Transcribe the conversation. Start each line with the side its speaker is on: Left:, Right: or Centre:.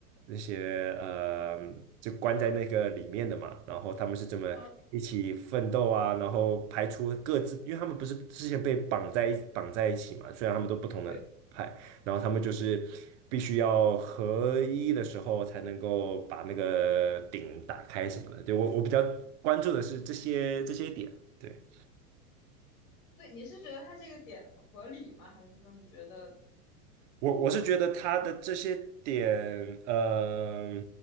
Right: 那些呃，就关在那个里面的嘛。然后他们是这么一起奋斗啊，
Left: 嗯，
Right: 然后排除各自，因为他们不是之前被绑在一绑在一起嘛，虽然他们都不同的派，
Left: 对，
Right: 然后他们就是必须要合一的时候才能够把那个顶打开什么的。对，我我比较关注的是这些这些点，对。
Left: 对，你是觉得他这个点合理吗？还是说你觉得，
Right: 我我是觉得他的这些点，呃，